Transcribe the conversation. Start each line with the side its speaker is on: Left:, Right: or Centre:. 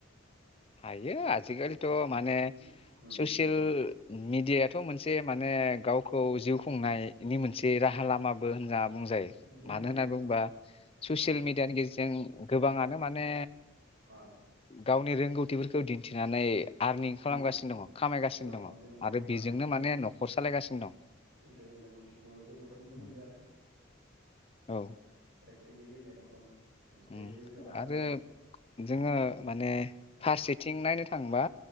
Left: हायो आज जिखालिथ'
Right: हायो
Left: माने
Right: उम
Left: ससियेल
Right: उम
Left: मिडियाथ' मोनसे माने गाव खौ जिउ खुंनायनि मोनसे राहा लामाबो होनना बुंजायो
Right: उम बुंजायो
Left: मानो होननानै बुंबा
Right: अ उम
Left: ससियेल
Right: उम
Left: मिडियानि गेजेरजों गोबाङानो माने
Right: अ
Left: गावनि रों थिफोरखौ दिन थिनानै आरनिं खालामगासिनो
Right: उम
Left: दङ खामायगासिनो दङ
Right: अ दोङो
Left: आरो
Right: अ
Left: बेजोंनो माने न'खर सालायगासिनो दं।
Right: दों दों जोंबोथ' नुनो
Left: दं
Right: मोनदोंआनो।
Left: औ
Right: प्रेक्टिकेलि होननाय रखम। खायसे
Left: उम
Right: इउटुबार जानानै
Left: आरो जोङो माने फारसेथिं नायनो थाङोबा